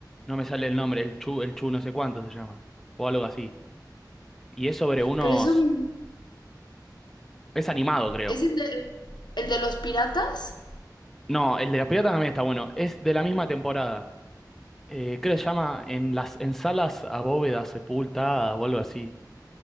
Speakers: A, in the centre; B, on the left.
A: No me sale el nombre, el Chu, el Chu no sé cuánto se llama, o algo así. Y es sobre unos...
B: pero es un,
A: Es animado, creo.
B: es el de, el de los piratas,
A: No, el de las piratas también está bueno. Es de la misma temporada. Eh, creo que se llama En las en salas a bóvedas sepultadas o algo así.